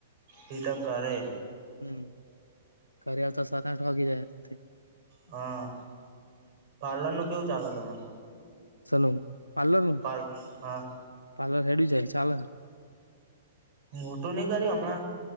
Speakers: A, on the right; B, on the left.
A: હીતા કારારે.
B: હમ, ઘરે વા તો સાત-આઠ વાગી જાય એ.
A: હા, પાર્લર નું કેવું ચાલે તમારે?
B: સન પાર્લર
A: પાર્લ હા
B: પાર્લર હેડ જાય, ચાલર.
A: મોટું નઈ કર્યું, હમણાં.